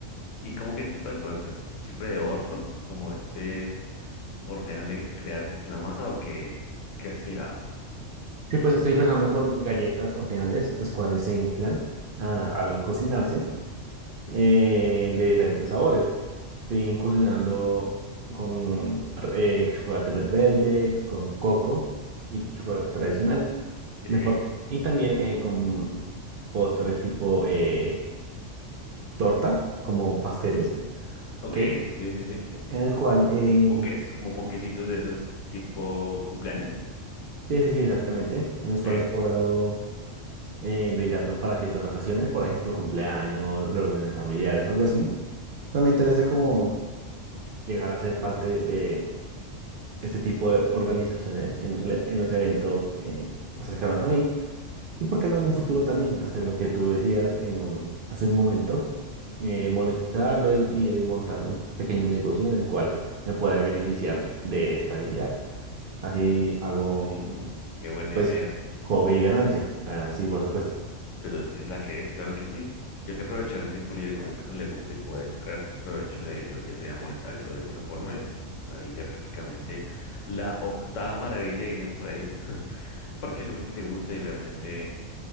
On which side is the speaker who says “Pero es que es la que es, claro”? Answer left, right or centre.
Left